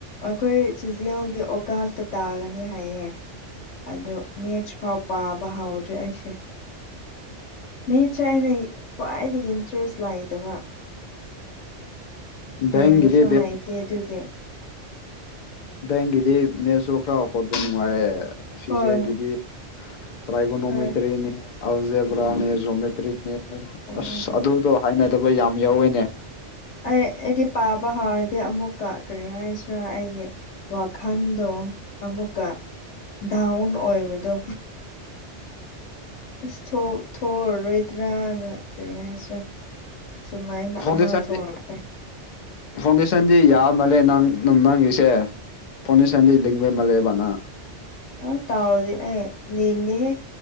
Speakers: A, on the left; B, on the left.
A: ꯑꯩꯈꯣꯏ ꯁꯤꯖꯤꯌꯦꯟꯒꯤ ꯑꯣꯀꯥꯁꯇ ꯇꯥꯒꯅꯤ ꯍꯥꯏꯌꯦ ꯑꯗꯣ ꯃꯦꯠꯆ ꯐꯥꯎ ꯄꯥꯕ ꯍꯧꯎꯗ꯭ꯔꯤ ꯑꯩꯁꯦ ꯃꯦꯠꯁꯦ ꯑꯩꯅ ꯈ꯭ꯋꯥꯏꯗꯒꯤ ꯏꯟꯇꯔꯦꯁ ꯂꯩꯇꯕ ꯍꯩꯁꯨ
B: ꯕꯦꯡꯒꯤꯗꯤ
A: ꯍꯩꯇꯦ ꯑꯗꯨꯒꯤ
B: ꯕꯦꯡꯒꯤꯗꯤ ꯃꯦꯠꯁꯇꯣ ꯈꯔ ꯍꯣꯠꯄ ꯅꯨꯡꯉꯥꯏꯌꯦ ꯁꯤꯁꯦꯌꯦꯟꯒꯤꯗꯤ
A: ꯍꯣꯏ
B: ꯇ꯭ꯔꯥꯏꯒꯣꯅꯣꯃꯤꯇ꯭ꯔꯤꯅꯦ
A: ꯈꯔ
B: ꯑꯜꯖꯦꯕ꯭ꯔꯥꯅꯦ ꯖꯣꯃꯦꯇ꯭ꯔꯤꯅꯦ
A: ꯑꯗꯨꯝ
B: ꯑꯁ ꯑꯗꯨꯗꯣ ꯍꯥꯏꯅ ꯍꯩꯇꯕ ꯌꯥꯝ ꯌꯥꯎꯋꯦꯅꯦ
A: ꯑꯩ ꯑꯩꯗꯤ ꯄꯥꯕ ꯍꯥꯎꯔꯗꯤ ꯑꯃꯨꯛꯀ ꯀꯔꯤ ꯍꯥꯏꯁꯤꯔ ꯑꯩꯒꯤ ꯋꯥꯈꯜꯗꯣ ꯑꯃꯨꯛꯀ ꯗꯥꯎꯟ ꯑꯣꯏꯕꯗꯣ ꯑꯁ ꯊꯣꯛꯑꯗ꯭ꯔꯥꯅ ꯀꯔꯤ ꯍꯥꯏꯁꯤꯔꯥ ꯁꯨꯃꯥꯏꯅ
B: ꯐꯥꯎꯟꯗꯦꯁꯟꯗꯤ
A: ꯑꯃ ꯊꯣꯛꯂꯛꯑꯦ
B: ꯐꯥꯎꯟꯗꯦꯁꯟꯗꯤ ꯌꯥꯝ ꯃꯥꯜꯂꯦ ꯅꯪ ꯅꯪꯒꯤꯁꯦ ꯐꯥꯎꯟꯗꯦꯁꯟꯗꯤ ꯂꯤꯡꯕ ꯃꯥꯜꯂꯦꯕ ꯅꯪ
A: ꯑꯥꯁ ꯇꯥꯎꯗꯤ ꯑꯩ ꯂꯤꯡꯗꯦ